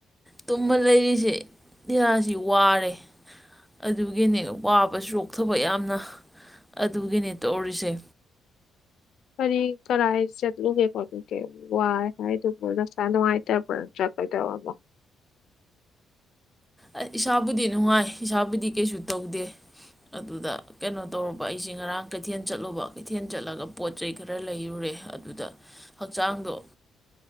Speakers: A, in the centre; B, on the left (about 70°).
A: ꯇꯨꯝꯃ ꯂꯩꯔꯤꯁꯦ ꯏꯁꯥꯁꯤ ꯋꯥꯔꯦ ꯑꯗꯨꯒꯤꯅꯦ ꯋꯥꯕꯆꯣꯛꯊꯕ ꯌꯥꯝꯅ ꯑꯗꯨꯒꯤꯅꯦ ꯇꯧꯔꯤꯁꯦ
B: ꯀꯔꯤ ꯀꯔꯥꯏ ꯆꯠꯂꯨꯒꯦ ꯈꯣꯠꯂꯨꯒꯦ ꯋꯥꯏ ꯍꯥꯏꯗꯨꯃ ꯅꯁꯥ ꯅꯨꯡꯉꯥꯏꯇꯕ꯭ꯔꯅ ꯆꯠꯀꯗꯕ ꯑꯃꯣ
A: ꯑꯩ ꯏꯁꯥꯕꯨꯗꯤ ꯅꯨꯡꯉꯥꯏ ꯏꯁꯥꯕꯨꯗꯤ ꯀꯩꯁꯨ ꯇꯧꯗꯦ ꯑꯗꯨꯗ ꯀꯩꯅꯣ ꯇꯧꯨꯔꯕ ꯑꯩꯁꯦ ꯉꯔꯥꯡ ꯀꯩꯊꯦꯜ ꯆꯠꯂꯨꯕ ꯀꯩꯊꯦꯜ ꯆꯠꯂꯒ ꯄꯣꯠ ꯆꯩ ꯈꯔ ꯂꯩꯔꯨꯔꯦ ꯑꯗꯨꯗ ꯍꯛꯆꯥꯡꯗꯣ